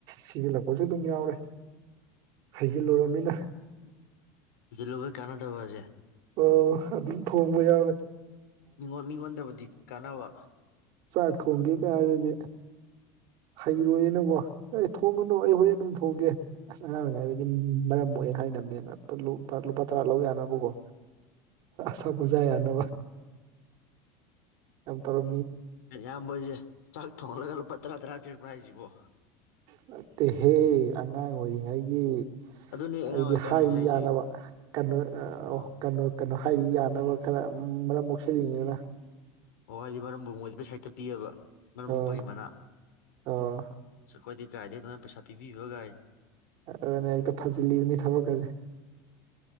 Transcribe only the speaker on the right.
ꯁꯤꯖꯤꯜꯂꯛꯄꯁꯨ ꯑꯗꯨꯝ ꯌꯥꯎꯔꯦ ꯍꯩꯖꯤꯜꯂꯨꯨꯔꯅꯤꯅ
ꯑꯣ ꯑꯗꯨꯝ ꯊꯣꯡꯕ ꯌꯥꯎꯋꯦ
ꯆꯥꯛ ꯊꯣꯡꯒꯦ ꯀ ꯍꯥꯏꯔꯗꯤ ꯍꯩꯔꯣꯏꯌꯦꯅꯀꯣ ꯑꯩ ꯊꯣꯡꯉꯅꯨ ꯑꯩ ꯍꯣꯔꯦꯟ ꯑꯗꯨꯝ ꯊꯣꯡꯒꯦ ꯑꯁ ꯑꯉꯥꯡ ꯑꯣꯏꯔꯤꯉꯩꯗꯒꯤ ꯃꯔꯝ ꯑꯣꯏꯅ ꯍꯥꯏꯅꯕꯅꯦꯅꯨ ꯂꯨꯄꯥ ꯇꯔꯥ ꯂꯧ ꯌꯥꯅꯕꯀꯣ ꯁ ꯄꯨꯖ ꯌꯥꯅꯕ ꯌꯥꯝ ꯇꯧꯔ
ꯅ ꯇꯦꯍꯦ ꯑꯉꯥꯡ ꯑꯣꯏꯔꯤꯉꯩꯒꯤ
ꯑꯩꯗꯤ
ꯍꯥꯏꯔꯤ
ꯌꯥꯅꯕ ꯀꯩꯅꯣ
ꯀꯩꯅꯣ ꯀꯩꯅꯣ ꯍꯥꯏꯗꯤ ꯌꯥꯅꯕ ꯈꯔ ꯃꯔꯝ ꯃꯣꯛꯁꯤꯜꯂꯤꯉꯤꯅ
ꯑꯣ
ꯑꯣ
ꯑꯗꯨꯅ ꯍꯦꯛꯇ ꯐꯖꯤꯜꯂꯤꯕꯅꯤ ꯊꯕꯛꯀꯁ